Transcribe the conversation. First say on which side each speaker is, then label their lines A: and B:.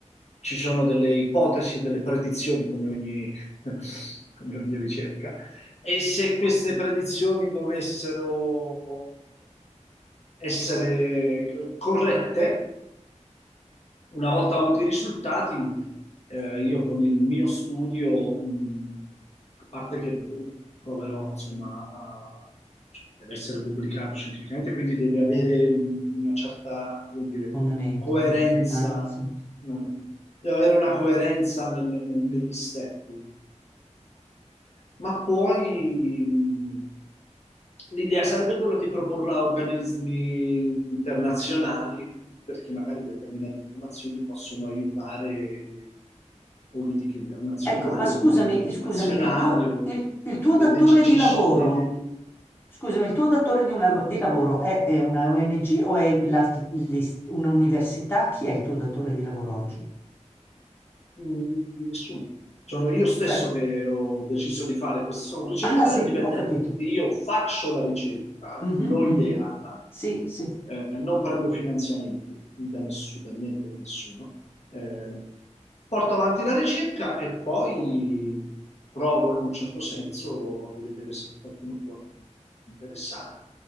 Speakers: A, on the left; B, on the left.
A: ci sono delle ipotesi e delle predizioni, come ogni, <laughs> come ogni ricerca, e se queste predizioni dovessero essere corrette, una volta avuti i risultati, eh, io con il mio studio, mh, a parte che proverò, insomma, a- cioè, deve essere pubblicato scientificamente, quindi deve avere una certa, come dire,
B: Fondamento,
A: coerenza,
B: una- ah, sì.
A: mh, deve avere una coerenza nel- nel- negli step ma poi mh, l'idea sarebbe quella di proporla a organismi internazionali, perché magari determinate informazioni possono aiutare politiche internazionali
B: Ecco, ma scusami,
A: o politiche
B: scusami,
A: nazionali
B: il tuo,
A: o
B: il- il tuo
A: dei,
B: datore
A: decis-
B: di lavoro,
A: dei de-
B: scusami, il tuo datore di, un lav- di lavoro è, è una ONG o è la- l'ist- un'università? Chi è il tuo datore di lavoro oggi?
A: Mm, Nessuno. Sono io stesso
B: Cioè,
A: che ho deciso
B: s-
A: di fare questo. Sono un ricercatore
B: ah, sei
A: indipendente,
B: tu, ho capito.
A: quindi io faccio la ricerca,
B: Mhm,
A: l'ho
B: mhm.
A: ideata,
B: Sì, sì. Eh.
A: eh, non prendo finanziamenti da nessuno, da niente, da nessuno. Eh, porto avanti la ricerca e poi provo in un certo senso a vedere se a qualcuno può interessare.